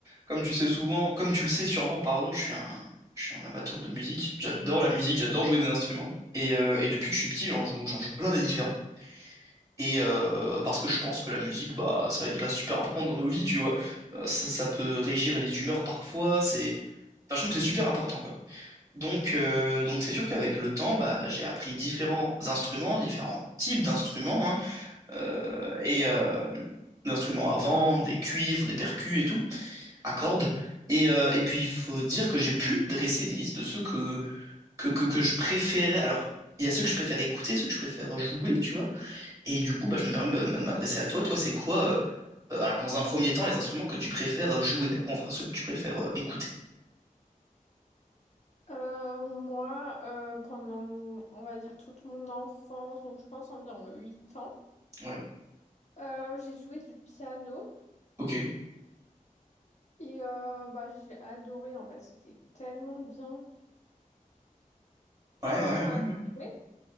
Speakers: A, on the right (about 25°); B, on the left (about 55°).
A: Comme tu sais souvent, comme tu le sais sûrement, pardon, je suis un, je suis un amateur de musique. J'adore la musique, j'adore jouer des instruments. Et, euh, et depuis que je suis petit, j'en joue, j'en joue plein de différents. Et euh, parce que je pense que la musique, bah, ça a une place super importante dans nos vies, tu vois. Euh, ça, ça peut régir les humeurs parfois. C'est, enfin, je trouve que c'est super important, quoi. Donc, euh, donc c'est sûr qu'avec le temps, bah, j'ai appris différents instruments, différents types d'instruments, hein, euh, et euh, d'instruments à vent, des cuivres, des percus et tout à cordes. Et, euh, et puis, il faut dire que j'ai pu dresser une liste de ceux que, que, que, que je préférais. Alors, il y a ceux que je préfère écouter, ceux que je préfère jouer, tu vois. Et du coup, bah, je me permets de m- de m'adresser à toi. Toi, c'est quoi, euh, euh, alors, dans un premier temps, les instruments que tu préfères euh, jouer. Après, on fera ceux que tu préfères euh, écouter.
B: Euh, moi, euh, pendant, on va dire, toute mon enfance, donc je pense environ 8 ans,
A: Ouais.
B: euh, j'ai joué du piano
A: Ok.
B: et euh, bah, j'ai adoré en fait, c'était tellement bien. T'en,
A: Ouais, ouais,
B: t'en
A: ouais.
B: as bien
A: ouais.
B: joué?